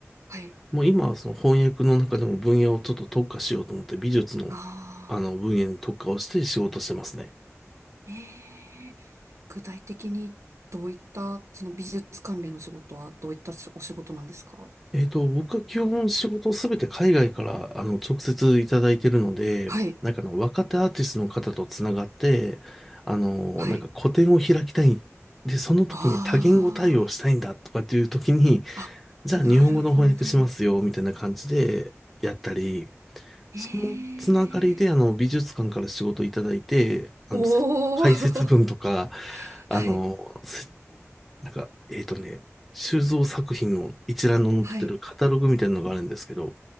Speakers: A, on the right; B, in the centre.
A: はい。
B: もう今はその翻訳の中でも分野をちょっと特化しようと思って美術の
A: あ
B: あの分野に特化をして仕事してますね。
A: あ、ええ具体的にどういった、その美術関連の仕事はどういったお仕事なんですか
B: えっと、僕は基本仕事をすべて海外からあの直接いただいてるので、
A: はい、
B: なんかあの若手アーティストの方とつながって、あの、
A: はい。
B: なんか個展を開きたい。で、その時に多言語対応したいんだとかっていう時に、
A: ああ、
B: じゃあ日本語の翻訳しますよ、
A: あ、なるほど。
B: みたいな感じでやったり、そのつながりであの美術館から仕事いただいて、
A: ええ
B: あの、
A: おおー、
B: 解説文とか、
A: <laughs>
B: あの、
A: はい、
B: 設なんか、えっとね、収蔵作品の一覧の載ってるカタログみたいなのがあるんですけど、
A: はい、